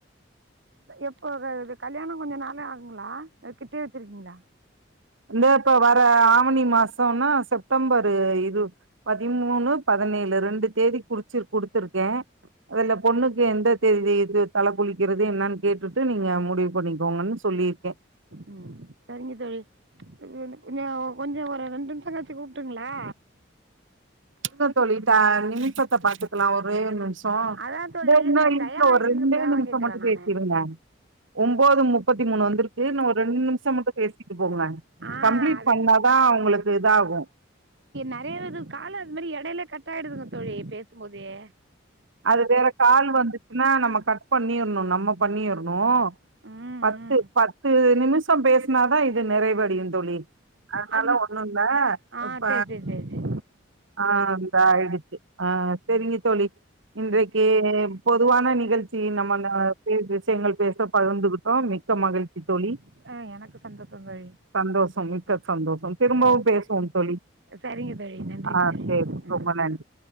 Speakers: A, on the right; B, on the right.
A: எப்போ கல்யாண கொஞ்ச நாளே ஆகுங்ளா இல்ல கிட்டேயே வச்சுருக்கீங்ளா
B: இந்த இப்ப வர ஆவணி மாசோனா செப்டம்பரு இது பதிமூனு பதினேழு ரெண்டு தேதி குறுச்சு குடுத்துருக்கு ஏ அதுல பொண்ணுக்கு இது எந்த தேதி இது தல குளிக்கிறது என்னன் கேட்டுட்டு நீங்க முடிவு பண்ணிக்கோங்கன்னு சொல்லிருக்கே
A: ம் சரிங்க தோழி இன்னு கொஞ்சோ கொஞ்சோ ஒரு ரெண்டு நிமிஷங் கழிச்சு கூப்ட்டுங்களா
B: இருங்க தோழி த நிமிஷத்த பாத்துக்கலா ஒரே நிமி ஷோ
A: அதான் தோழி
B: தோ இன்னு
A: நே
B: இருக்கே
A: டயம் ஆயிட்டுங்கிறதுக்காக
B: ஒரு ரெண்டே நிமிஷோ
A: தான் கேட்குறேன்
B: மட்டும்
A: நான்
B: பேசிருங்க ஒம்போது முப்பத்தி மூணு வந்திருக்கு இன்னோ ஒரு ரெண்டு நிமிஷோ மட்டு பேசி ட்டு போங்களே
A: ஆ
B: கம்ப்ளீட்
A: அது
B: பண்ணாதா உங்களுக்கு இதாகு
A: நிறைய இது மாரி எடையிலயே கட்டாயிடுதுங்க தோழி பேசும்போதே
B: அது வேற கால் வந்துச்சுன்னா நம்ம கட் பண்ணிறணு நம்ம பண்ணிறணு
A: ம்
B: பத்து
A: ம்
B: பத்து நிமிஷோ பேசினாதா இ து நிறைவடையுந் தோழி அதனால
A: அது
B: ஒண்ணு இல்ல
A: ஆ
B: இப்ப
A: சரி சரி சரி சரி
B: ஆ இந்தா ஆயிடுச்சு ஆ செரிங்க தோழி இன்றைக்கி
A: ம்
B: பொதுவான நிகழ்ச்சி நம்ம இந்த இது விஷயங்கள் பேச பகிர்ந்துகிட்டோ மிக்க மகிழ்ச்சி தோழி
A: ஆ ஆ எனக்கு சந்தோஷம் தோழி
B: சந்தோஷம் மிக்க சந்தோஷம் திரும்பவு
A: ஆ
B: பேசுவோ தோழி
A: சரிங்க தோழி நன்றிங்க
B: ஆ
A: தோழி
B: சேரி
A: ம்
B: ரொம்ப நன்றி